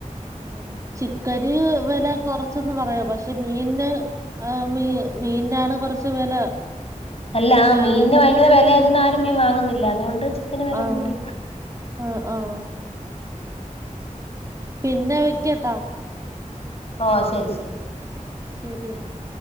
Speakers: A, on the right; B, on the left.
A: ആഹ് ചിക്കന് വെല കൊറച്ചന്ന് പറയാം പക്ഷെ മീൻന് ഏഹ് മീ മീനാണ് കൊറച്ച് വെല.
B: അല്ല ആ
A: മീന്
B: മീൻ ന്
A: കൊറ
B: വയങ്കര വെല ആയതിന്ന് ആരും മീൻ വാങ്ങുന്നില്ല അതുകൊണ്ട് ചിക്കന് വെല
A: ആഹ്
B: കൂട്ടി.
A: ആഹ് ആഹ് പിന്നെ വെക്കട്ടാ
B: ഓ ശരി ശരി
A: ശരി എന്നാ